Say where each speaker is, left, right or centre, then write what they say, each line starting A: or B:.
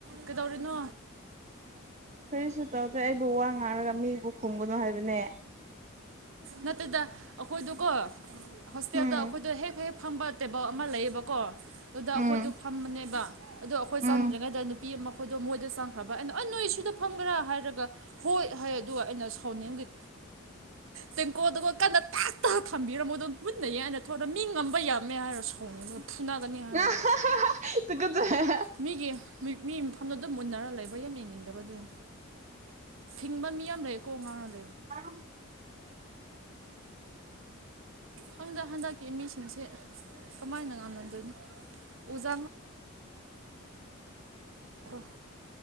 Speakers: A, on the right; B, on the right.
A: ꯀꯩꯗꯧꯔꯤꯦꯅꯣ
B: <unintelligible> ꯀꯔꯤꯁꯨ ꯇꯧꯗꯦ ꯑꯩꯕꯨ ꯋꯥ ꯉꯥꯡꯔꯒ ꯃꯤꯕꯨ ꯈꯨꯝꯕꯅꯣ ꯍꯥꯏꯕꯅꯦ
A: ꯅꯠꯇꯗ ꯑꯩꯈꯣꯏꯗꯨꯀꯣ ꯍꯣꯁꯇꯦꯜꯗ
B: ꯎꯝ
A: ꯑꯩꯈꯣꯏꯗ ꯍꯦꯛ ꯍꯦꯛ ꯐꯝꯕ ꯇꯦꯕꯜ ꯑꯃ ꯂꯩꯌꯦꯕꯀꯣ ꯑꯗꯨꯗ
B: ꯎꯝ
A: ꯑꯩꯈꯣꯏꯗꯣ ꯐꯝꯕꯅꯦꯕ ꯑꯗꯣ ꯑꯩꯈꯣꯏ
B: ꯎꯝ
A: ꯆꯪꯗ꯭ꯔꯤꯉꯩꯗ ꯅꯨꯄꯤ ꯑꯃ ꯑꯩꯈꯣꯏꯗꯣ ꯃꯣꯏꯗ ꯆꯪꯈ꯭ꯔꯕ ꯑꯗꯣ ꯑ ꯅꯣꯏ ꯁꯤꯗ ꯐꯪꯒ꯭ꯔꯥ ꯍꯥꯏꯔꯒ ꯍꯣꯏ ꯍꯥꯏ ꯑꯗꯨꯒ ꯑꯩꯅ ꯁꯥꯎꯅꯤꯡꯦꯝꯒꯤ ꯇꯦꯡꯀꯣꯗꯒ ꯀꯟꯅ ꯇꯥꯛ ꯇ ꯊꯝꯕꯤꯔꯝꯃꯣꯏ ꯑꯗꯨꯝ ꯃꯨꯠꯟꯅꯩ ꯍꯥꯏꯅ ꯊ ꯃꯤ ꯉꯝꯕ ꯌꯥꯝꯃꯦ ꯍꯥꯏꯔ ꯁꯥꯎꯅꯤꯡꯕ
B: ꯑꯀ
A: ꯐꯨꯅꯒꯅꯤ ꯍꯥꯏꯔ ꯃꯤꯒꯤ ꯃꯤ ꯃꯐꯝꯗꯣ ꯑꯗꯨꯝ ꯃꯨꯟꯅꯔ ꯂꯩꯕ ꯌꯥꯝ ꯌꯦꯡꯅꯤꯡꯗꯕ ꯑꯗꯨꯅꯦ ꯊꯤꯡꯕ ꯃꯤ ꯌꯥꯝ ꯂꯩꯌꯦꯀꯣ ꯉꯥꯡꯅꯗ
B: ꯑ
A: ꯍꯪꯗꯛ ꯍꯟꯗꯛꯀꯤ ꯃꯤꯁꯤꯡꯁꯦ ꯀꯃꯥꯏꯅ ꯉꯝꯅꯗꯣꯏꯅꯣ ꯑꯣꯖꯥ ꯣ